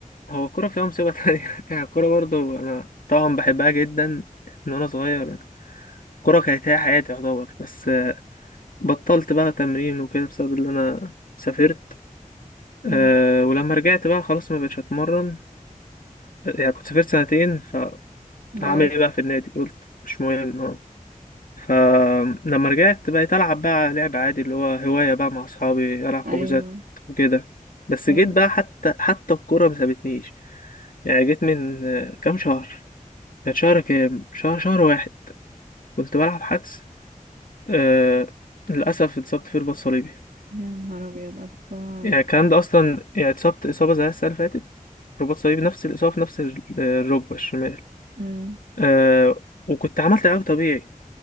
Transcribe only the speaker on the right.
مم.
بعد
أيوه
أيوه
يا نهار أبيض ألف سلام عليك
مم.